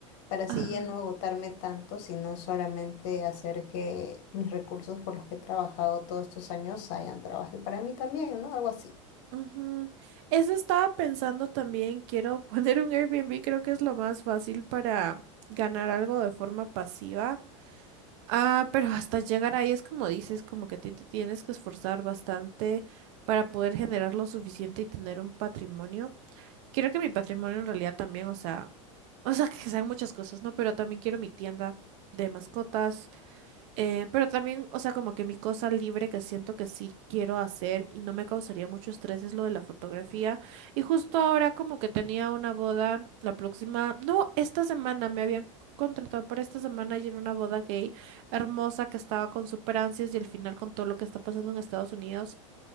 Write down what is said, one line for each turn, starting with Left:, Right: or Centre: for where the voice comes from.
Left: para así
Right: Ah,
Left: ya no agotarme tanto, sino solamente hacer que mis recursos por los que he trabajado todos estos años hayan trabajo para mí también, ¿no? Algo así.
Right: ujú. Eso estaba pensando también. Quiero <laughs> poner un Airbnb, creo que es lo más fácil para ganar algo de forma pasiva. Ah, pero hasta llegar ahí es como dices, como que te, te tienes que esforzar bastante para poder generar lo suficiente y tener un patrimonio. Quiero que mi patrimonio en realidad también, o sea, o sea, <laughs> que sean muchas cosas, ¿no? Pero también quiero mi tienda de mascotas. Eh, pero también, o sea, como que mi cosa libre que siento que sí quiero hacer y no me causaría mucho estrés es lo de la fotografía. Y justo ahora como que tenía una boda la próxima, no, esta semana me habían contratado para esta semana y era una boda gay hermosa que estaba con super ansias y al final con todo lo que está pasando en Estados Unidos,